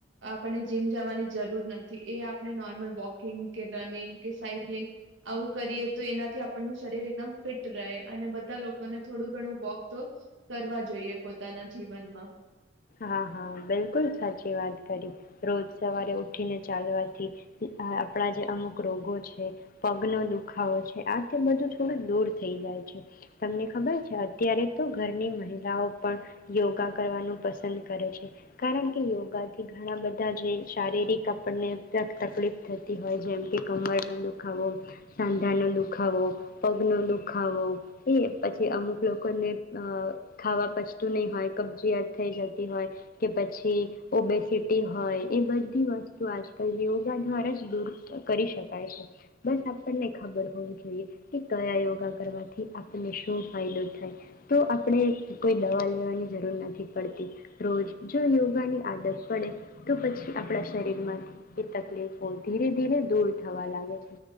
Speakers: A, on the right; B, on the left.
A: આપને. જીમ જવાની જરૂર નથી એ આપણે નોર્મલ વોકિંગ કે રનિંગ કે સાયક્લિંગ આવું કરીએ તો એનાથી આપણનું શરીર એકદમ ફિટ રહે અને બધા લોકોને થોડું ઘણું વોક તો કરવા જોઈએ પોતાના જીવનમાં.
B: હા હા બિલકુલ સાચી વાત કરી રોજ સવારે ઉઠીને ચાલવાથી આપણા જે અમુક રોગો છે પગનો દુખાવો છે આ તે બધું થોડું દૂર થઈ જાય છે. તમને ખબર છે અત્યારે. તો ઘરની મહિલાઓ પણ યોગા કરવાનું પસ પ કરે છે કારણ કે યોગાથી ઘણા બધા જે શારીરિક આપણને તકલીફ થતી હોય જેમ કે કમરનો દુખાવો, સાંધાનો દુખાવો, પગનોો દુખાવો એ પછી અમુક લોકોને ખાવા પચતું નહીં હોય કબજીયાદ થઈ જત હોય કે પછી ઓબેસીટી હોય એ બધી વસ્તુ આજકાલ યોગા દ્વારા જ દૂર કરી શકાય છે બસ આપણને ખબર હોવું જોઈએ કે કયા યોગા કરવાથી આપણને શું ફાયદો થાય તો આપણે કોઈ દવા લેવાની જરૂર નથી પડતી. રોજ જો યોગા ની આદત પડે તો પછી આપણા શરીર માંથી એ તકલીફો ધીરે ધીરે દૂર થવા લાગે છે